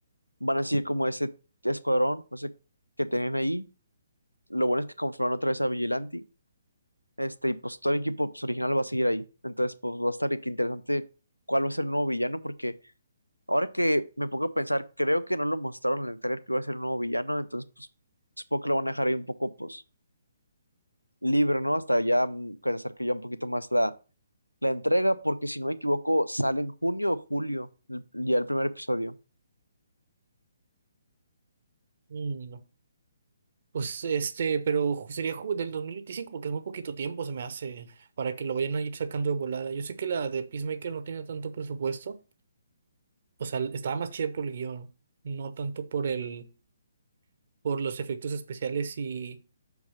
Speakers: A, on the left; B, on the right.
A: van a seguir como ese escuadrón, no sé, que tenían ahí. Lo bueno es que conformaron otra vez a Vigilante, este, y pues todo el equipo pues, original va a seguir ahí. Entonces, pues va a estar de que interesante cuál va a ser el nuevo villano, porque ahora que me pongo a pensar, creo que no lo mostraron en el trailer que iba a ser el nuevo villano, entonces, pues supongo que lo van a dejar ahí un poco, pues, libre, ¿no? Hasta ya, mm, que se acerque ya un poquito más la, la entrega, porque si no me equivoco, sale en junio o julio, el- ya el primer episodio.
B: Mm, Pues este, pero sería ju- del 2025 porque es muy poquito tiempo, se me hace, para que lo vayan a ir sacando de volada. Yo sé que la de Peacemaker no tiene tanto presupuesto, o sea, estaba más chida por el guión, no tanto por el, por los efectos especiales y